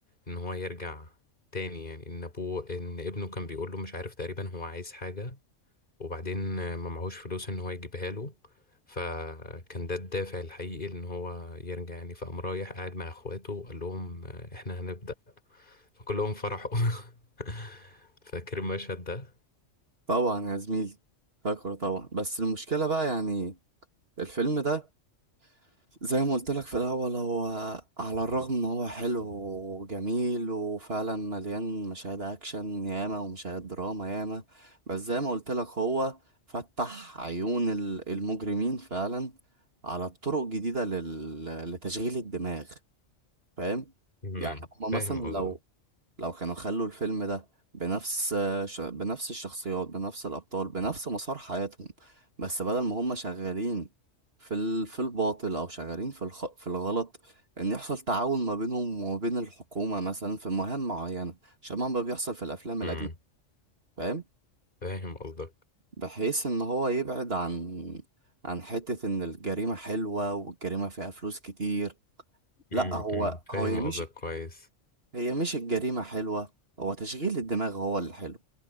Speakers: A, on the left; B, on the right.
A: ان هو يرجع تاني يعني ان ابوه ان ابنه كان بيقول له مش عارف تقريبا هو عايز حاجة وبعدين ما معهوش فلوس ان هو يجيبها له فكان ده الدافع الحقيقي ان هو يرجع يعني فقام رايح قاعد مع اخواته وقال لهم احنا هنبدأ فكلهم فرحوا <laughs> فاكر المشهد ده
B: طبعا يا زميلي فاكره طبعا بس المشكلة بقى يعني الفيلم ده زي ما قلت لك في الأول هو على الرغم إن هو حلو وجميل وفعلا مليان مشاهد أكشن ياما ومشاهد دراما ياما بس زي ما قلت لك هو فتح عيون ال- المجرمين فعلا على طرق جديدة لل... لتشغيل الدماغ فاهم
A: امم
B: يعني هما مثلا
A: فاهم
B: لو
A: قصده
B: لو كانوا خلوا الفيلم ده بنفس ش... بنفس الشخصيات بنفس الأبطال بنفس مسار حياتهم بس بدل ما هم شغالين في ال... في الباطل أو شغالين في الخ... في الغلط إن يحصل تعاون ما بينهم وما بين الحكومة مثلا في مهام معينة شبه ما بيحصل في الأفلام
A: امم
B: الأجنبية فاهم
A: فاهم قصدك
B: بحيث إن هو يبعد عن عن حتة إن الجريمة حلوة والجريمة فيها فلوس كتير لأ
A: امم
B: هو
A: أمم،
B: هو
A: فاهم
B: هي مش
A: قصدك كويس
B: هي مش الجريمة حلوة هو تشغيل الدماغ هو اللي حلو